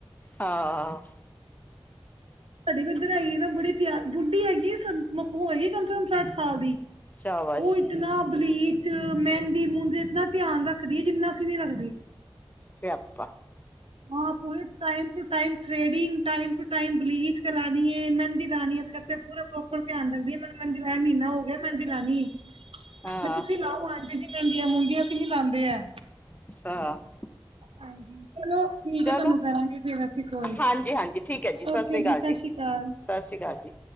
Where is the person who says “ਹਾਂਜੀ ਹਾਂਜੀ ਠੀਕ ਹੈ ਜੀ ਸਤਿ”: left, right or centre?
Left